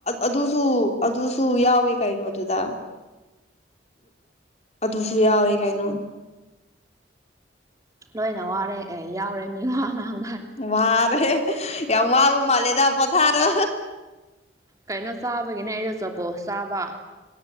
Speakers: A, on the left; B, on the right.
A: ꯑꯗꯨꯁꯨ ꯑꯗꯨꯁꯨ ꯌꯥꯎꯋꯦ ꯀꯥꯏꯩꯅꯣ ꯑꯗꯨꯗ ꯑꯗꯨꯁꯨ ꯌꯥꯎꯋꯦ ꯀꯩꯅꯣ
B: ꯂꯣꯏꯅ ꯋꯥꯔꯦ ꯑꯦ ꯌꯥꯎꯔꯦ ꯃꯤ ꯋꯥ ꯉꯥꯡ
A: ꯃꯥꯔꯦ ꯌꯥꯝ ꯋꯥꯕ ꯃꯥꯂꯤꯗ ꯄꯊꯥꯔꯣ
B: ꯀꯩꯅꯣ ꯆꯥꯕꯒꯤꯅꯦ ꯑꯩꯗ ꯆꯣꯀꯣ ꯆꯥꯕ